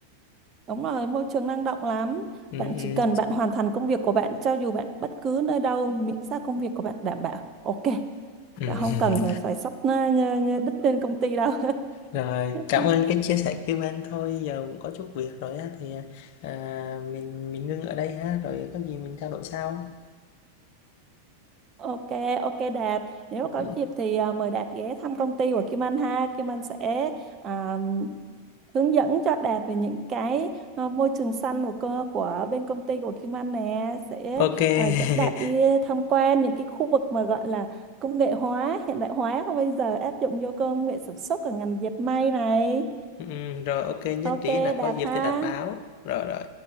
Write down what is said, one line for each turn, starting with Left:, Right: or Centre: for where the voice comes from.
Right: đúng rồi môi trường năng động lắm
Left: Ừ,
Right: bạn
Left: ừ,
Right: chỉ cần bạn hoàn thành công việc của bạn cho dù bạn bất cứ nơi đâu miễn sao công việc của bạn đảm bảo ok
Left: ừ.
Right: Dạ không
Left: <laughs>
Right: cần phải xách nó ngơ- ngơ đít lên công ty đâu.
Left: Rồi, cảm
Right: <laughs>
Left: ơn cái chia sẻ kim anh thôi giờ cũng có chút việc rồi á thì à, à, mình mình ngưng ở đây ha rồi có gì mình trao đổi sau.
Right: Ok, ok Đạt. Nếu mà có
Left: Ừ.
Right: dịp thì à, mời Đạt ghé thăm công ty của Kim Anh ha. Kim Anh sẽ à, hướng dẫn cho Đạt về những cái à, môi trường xanh của cơ của bên công ty của Kim Anh nè, sẽ
Left: Ok. <laughs>
Right: à, dẫn Đạt đi tham quan những cái khu vực mà gọi là công nghệ hóa, hiện đại hóa bây giờ áp dụng vô công nghệ sản xuất ở ngành dệt may này.
Left: Ừ, rồi ok nhất
Right: Ok
Left: trí là
Right: Đạt
Left: có dịp
Right: ha.
Left: thì đặt báo. Rồi rồi.